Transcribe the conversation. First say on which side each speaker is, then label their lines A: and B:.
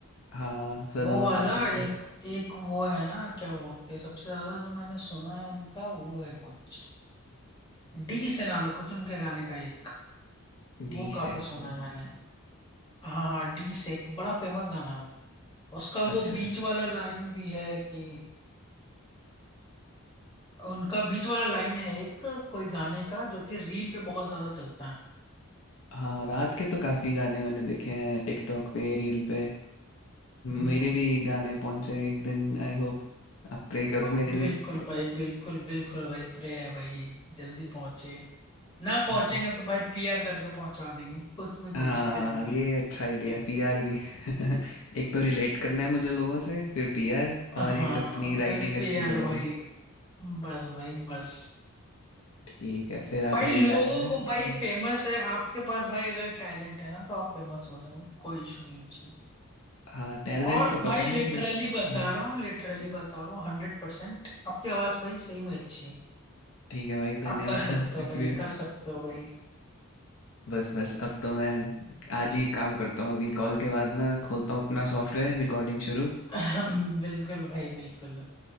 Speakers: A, on the left; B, on the left.
A: हाँ सदाबहार
B: वो वाला
A: गाने
B: एक एक वो है ना क्या बोलते हैं सबसे ज्यादा जो मैंने सुना है उनका वो है कुछ डी से नाम है कुछ उनके गाने का एक
A: डी
B: वो काफी
A: से हम्म,
B: सुना है मैंने हाँ हाँ डी से एक बड़ा फेमस गाना है वो उसका
A: अच्छा
B: वो बीच वाला लाइन भी है कि उनका बीच वाला लाइन है एक कोई गाने का जो कि रील पे बहुत ज्यादा चलता है
A: हाँ रात के तो काफ़ी गाने मैंने देखे हैं टिकटॉक पे रील पे
B: <laughs> हम्म,
A: मेरे भी गाने पहुंचे एक दिन आई होप आप प्रे करो मेरे लिए
B: बिल्कुल भाई बिल्कुल बिल्कुल भाई प्रे है भाई जल्दी पहुंचे ना पहुंचेंगे
A: हाँ
B: तो भाई पीआर करके पहुंचा देंगे उसमें कोई
A: हाँ
B: दिक्कत नहीं
A: ये
B: है
A: अच्छा आइडिया
B: <laughs>
A: है, पीआर भी <laughs> एक तो रिलेट करना है मुझे लोगों से फिर पीआर और
B: हाँ
A: एक अपनी राइटिंग
B: फिर
A: अच्छी
B: पीआर
A: करनी
B: भाई
A: है।
B: बस भाई बस
A: ठीक है फिर आप
B: भाई
A: मेरे
B: लोगों
A: मैनेजर
B: को भाई
A: हाँ
B: फेमस है आपके पास भाई अगर टैलेंट है ना तो आप फेमस हो जाओगे कोई इशू नहीं है उसमें
A: हाँ टैलेंट
B: और
A: तो पता
B: भाई लिटरली
A: नहीं बट
B: बता
A: हम्म,
B: रहा हूँ लिटरली बता रहा हूँ हंड्रेड परसेंट आपकी आवाज भाई सही में अच्छी है
A: ठीक है भाई धन्यवाद
B: आप कर सकते
A: <laughs>
B: हो
A: शुक्रिया
B: भाई कर सकते हो भाई
A: बस बस अब तो मैं आज ही काम करता हूँ अभी कॉल के बाद ना खोलता हूँ अपना सॉफ्टवेयर रिकॉर्डिंग शुरू
B: <clears throat> बिल्कुल भाई बिल्कुल